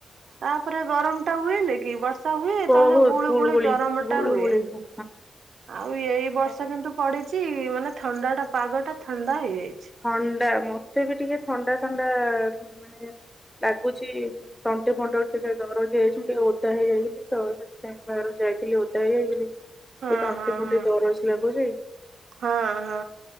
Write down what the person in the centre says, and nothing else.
ହଁ
ବହୁତ
ଗୁଳୁଗୁଳି
ଗୁଳୁଗୁଳି
ହଁ।
ହଁ।
ଥଣ୍ଡା ମତେ ବି ଟିକେ ଥଣ୍ଡା ଥଣ୍ଡା ମାନେ ଲାଗୁଚି। ତଣ୍ଟି ଫଣ୍ଟି ଟିକେ ଦରଜ ହେଇଛି ମୁଁ ଟିକେ ଓଦା ହେଇଯାଇଥିଲି ତ ସେ <unintelligible> ବାହାରୁକୁ ଯାଇଥିଲି ଓଦା ହେଇଯାଇଥିଲି
ଏଇ ତଣ୍ଟି
ଫଣ୍ଟି
ଦରଜ ଲାଗୁଚି।